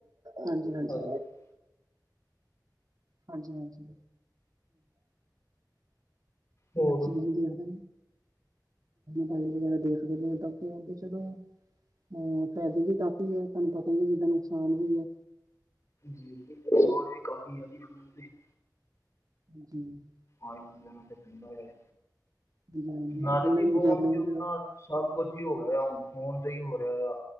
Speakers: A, on the right (about 55°); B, on the left (about 45°).
A: ਹਾਂਜੀ-ਹਾਂਜੀ।
B: ਹਾਂਜੀ।
A: ਹਾਂਜੀ-ਹਾਂਜੀ
B: ਹੋਰ
A: ਬੱਚੀ ਨੂੰ ਦੇ ਦੋ ਬਾਈ ਵਗੈਰਾ ਦੇਖ ਰਹੇ ਨੇ, ਤਬ ਤੇ ਆਗੇ ਚਲੋ ਹਾਂ ਫਾਇਦੇ ਵੀ ਕਾਫ਼ੀ ਏ ਤੁਹਾਨੂੰ ਪਤਾ ਏਦੇ ਨੁਕਸਾਨ ਵੀ, ਏ
B: ਜੀ ਸਮਾਨ ਵੀ ਕਾਫੀ ਆ ਜੀ ਫੋਨ ਤੇ <inaudible>
A: ਜੀ <unintelligible>
B: ਆਇ ਵਗਰਾ ਤੇ ਧਠੰਡਾ <inaudible>
A: ਹਾਂਜੀ ਹਾਂਜੀ
B: ਨਾਲੇ
A: ਔਨਲਾਈਨ
B: ਜੀ ਫੋਨ
A: ਗੇਮਿੰਗ
B: ਚੁੱਕਣਾ ਸਭ ਕੁਛ ਹੀ ਹੋ ਰਿਹਾ, ਹੁਣ ਫੋਨ ਤੇ ਹੀ ਹੋ ਰਿਹਾ ਆ,